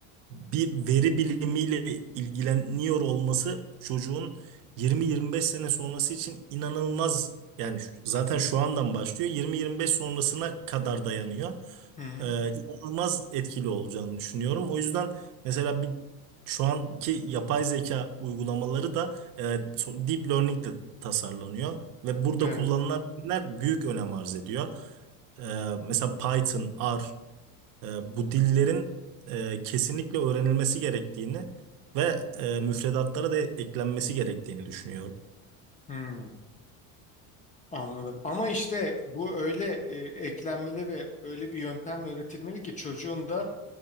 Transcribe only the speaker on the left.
Hı hı.
Evet.
Hı. Anladım. Ama işte bu öyle e, eklenmeli ve öyle bir yöntemle öğretilmeli ki çocuğun da